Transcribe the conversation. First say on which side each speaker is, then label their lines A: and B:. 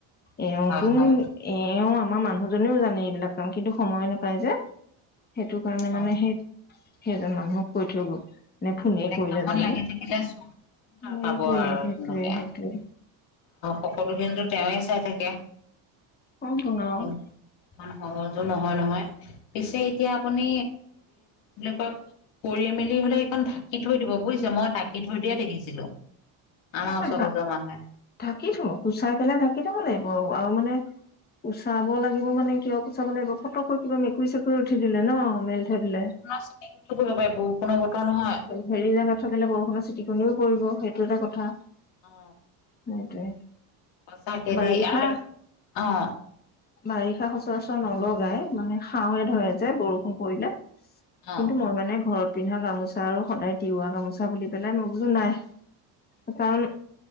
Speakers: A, on the left; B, on the left.
A: এওঁ
B: হয়
A: তুম
B: হয়
A: এওঁ আমাৰ মানুহজনেও জানে এইবিলাক কাম কিন্তু সময় নাপায় যে সেইটো কাৰণে মানে
B: অ
A: সেই সেইজন মানুহক কৈ থৈ গ'ল নে ফোনে
B: কেলে
A: কৰিলে
B: মন
A: জানো
B: লাগেছে কি যেছো
A: সেইটোৱে
B: পাব আৰু
A: সেইটোৱে
B: সেনেকে
A: সেইটোৱে
B: সকলো হিন্দুত তেওঁ চাই থাকে
A: <unintelligible>
B: ইমান সহজো নহয় নহয় পিছে এতিয়া আপুনি হ কৰি মেলি হলে সেইখন ঢাকি থৈ দিব বুজিছ মই ঢাকি থৈ দিয়ে দেখিছিলো আমাৰ
A: নহয়
B: ওচৰ
A: ঢা
B: পৰ মানুহে
A: ঢাকি থাব কুচা পেলাই ঢাকি থাব লাগিব আৰু মানে কুচাব লাগিব মানে কিয় কুচাব লাগিব ফতকৈ কিবা মেকুৰী চেকুৰী উঠি দিলে ন মেলি
B: আৰু
A: থৈ ললে
B: বৰষুণৰ চিটিকটিও কৰিব পাৰে বৰষুণৰ বতৰ নহয়
A: হেৰি জোগাত থাকিলে বৰষুণৰ চিট খুন্দও কৰিব সেইটো এটা কথা
B: অ
A: সেইটোৱে
B: পচাকে
A: বাৰিষা
B: দ আৰু অ
A: বাৰিষা সচৰাচৰ নলগাই মানে খাওঁৱে ধৰে যে বৰষুণ পৰিলে কিন্তু
B: অ
A: মই মানে ঘৰত পিন্ধা গামোচা আৰু সদায় তিৱা গামোচা বুলি পেলাই মই বোলো নাই কাৰণ